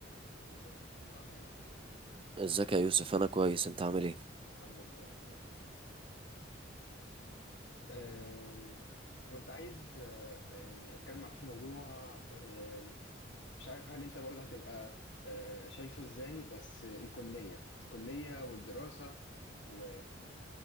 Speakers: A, on the left; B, on the right.
A: إيه، ازيك يا فيلو عامل ايه؟
B: ازيك يا يوسف انا كويس انت عامل ايه
A: الحمد لله انا كويس أم، كنت عايز أه، يعني اتكلم معاك في موضوع أم، مش عارف هل انت برضه هتبقى أه، شايفه ازاي بس الكلية الكلية والدراسة و-